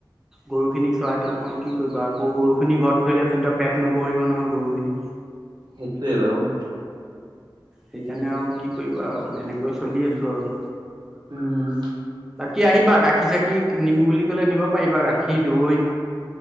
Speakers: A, in the centre; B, on the right.
A: গৰু খিনিক চৰাই থ কি কৰিবা আকৌ গৰু খিনি ঘৰত থৰিলে তেয়া পেট নবহিব নহয় গৰুখিনি।
B: সেইটোয়ে বাৰু।
A: সেইকাৰণে আৰু কি কৰিবা আৰু সেনেকৈ চলি আছোঁ আৰু।
B: উম।
A: কি আহিবা গাখীৰ চাখি নিম বুলি কলে নিব পাৰিবা গাখীৰ দৈ।